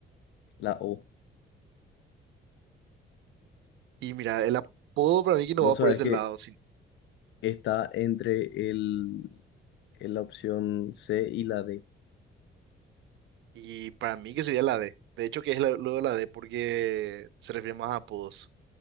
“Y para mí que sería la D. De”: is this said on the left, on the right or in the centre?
Right